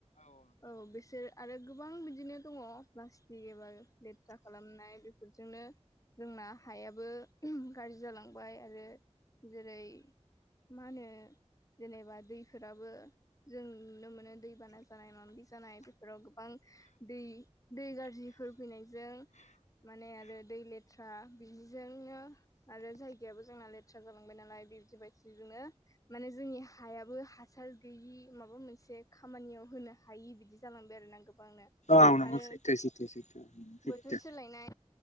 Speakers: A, on the left (about 30°); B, on the left (about 80°).
A: औ बिसोर आरो गोबां बिदिनो दङ प्लास्टिक एबा। लेेथ्रा खालामनाय बेफोरजोंनो जोंना। हायाबो ओम गाज्रि जालांबाय आरो जेरै। मा होनो जेनेबा दैफोराबो जों नुनो मोनो। दै बाना जानाय मबि जानाय बेफोराव गोबां। दै दै गाज्रिफोर फैनायजों। माने आरो दै लेथ्रा बिदिजोंनो। आरो जायगायाबो जोंना लेथ्रा जालांबाय नालाय बिदि बायदिजोंनो। माने जोंनि हायाबो हासार गैयि माबा मोनसे खामानियाव होनो हायि बिदि। जालांबाय आरोना गोबांनो
B: औ नंगौ
A: आरो
B: सैथो सैथो सैथो सैथो
A: बोथोर सोलायनाय।